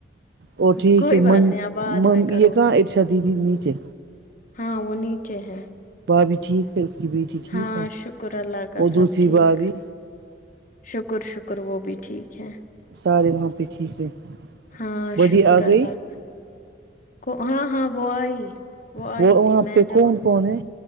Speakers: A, on the right; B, on the left.
A: وہ ٹھیک
B: کوئی
A: ہے
B: بات
A: مم
B: نہیں اب بعد
A: مم
B: میں کرو
A: یہ کہاں
B: گے
A: ارشا دیدی نیچے
B: ہاں وہ نیچے ہیں
A: بھابی ٹھیک ہے اس کی بیٹی ٹھیک
B: ہاں
A: ہے
B: شکر اللہ کا
A: اور
B: سب
A: دوسری
B: ٹھیک
A: بھابی
B: شکر شکر وہ بھی ٹھیک ہے
A: سارے وہاں پہ ٹھیک ہے
B: ہاں
A: بڑی
B: شکر
A: آ گئی
B: اللہ کو ہاں ہاں وہ آئی آئی
A: وہ وہاں
B: تھی میں
A: پہ
B: جب
A: کون کون ہے